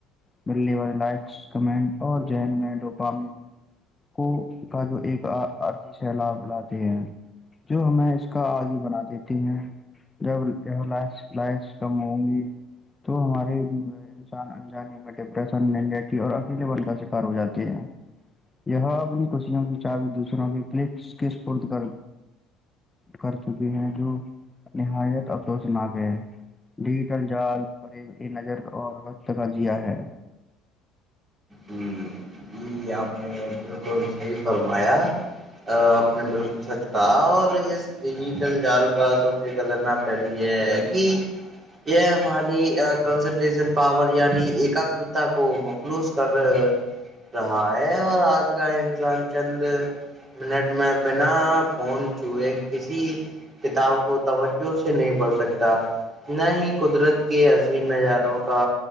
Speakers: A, on the left (about 20°); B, on the right (about 35°).
A: مللی والے لائکس کمنٹ اور جین میں ڈوپام کو کا جو ایک عرضی سیلاب لاتے ہیں جو ہمیں اس کا عرضی بناتے جب لائس کم ہوں گی تو ہمارے جو ہے انسان انجانے میں ڈپریشن نہیں رہتی اور اکیلے بن کا شکار ہو جاتی ہے یہ اپنی خوشیوں کی چاابی دوسروں کے کل کےپد کر کر چکی ہیں جو نہایت افسوس نہ کرئے ڈجیٹل جال پر نظر اور وقت کا جیا ہے
B: جی جی آپ نے بالکل صحیح فرمایا اپنے بالکل سچ کہا اور اس ڈجیٹل جال کاسب سے قدرنا پہلی یہ ہے کہ یہ ہماری کنسنٹریشن پاور یعنی ایکگ کو مخلوص کر رہا ہے اور آج کا انسان چند منٹ میں بنا فون چوہے کسی کتاب کو توجہ سے نہیں پڑھ سکتا نہ ہی قدرت کے عین نظاروں کا